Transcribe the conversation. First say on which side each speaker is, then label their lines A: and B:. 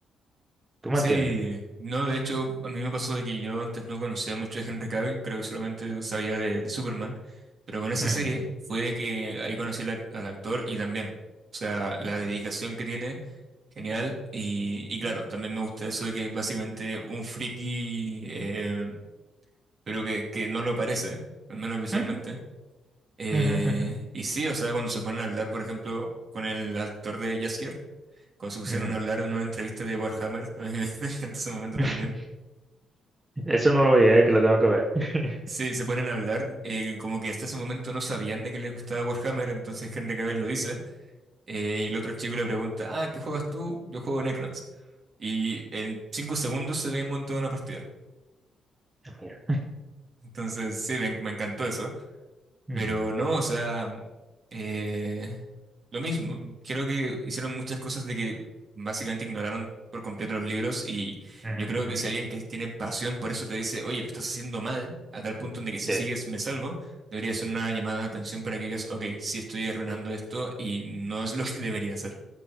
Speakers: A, on the right (about 25°); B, on the right (about 50°).
A: ¿Tú me
B: Sí,
A: entiendes?
B: no, de hecho, a mí me pasó de que yo antes no conocía mucho de Henry Cavill, creo que solamente sabía de, de Superman, pero con esa
A: Ujú,
B: serie fue de que ahí conocí al, ac- al actor y también, o sea, la dedicación que tiene, genial, y, y claro, también me gusta eso de que es básicamente un friki, eh, pero que, que no lo parece, al menos visualmente.
A: ujú,
B: Eh,
A: ujú,
B: y sí, o sea, cuando se ponen a hablar, por ejemplo, con el actor de Jaskier, cuando se pusieron
A: ujú, ujú.
B: a hablar en una entrevista de Warhammer, <laughs> a mí me me encanta ese momento
A: <laughs>
B: también
A: Eso no lo vi, eh, que lo tengo que ver. <laughs>
B: Sí, se ponen a hablar, eh, como que hasta ese momento no sabían de que les gustaba Warhammer, entonces Henry Cavill lo dice, eh, y el otro chico le pregunta, ah, ¿qué juegas tú? Yo juego Necrons. Y en cinco segundos se ven montada una partida.
A: Mira.
B: Entonces, sí, me, me encantó eso.
A: Ujú,
B: Pero no, o sea, eh, lo mismo. Creo que hicieron muchas cosas de que básicamente ignoraron por completo los libros y
A: ujú,
B: yo creo que
A: ujú.
B: si alguien que tiene pasión por eso te dice, oye, lo estás haciendo mal, a tal punto en de que si
A: Sí,
B: sigues me salgo, debería ser una llamada de atención para que digas, ok, sí estoy arruinando esto y no es lo que <laughs> debería hacer.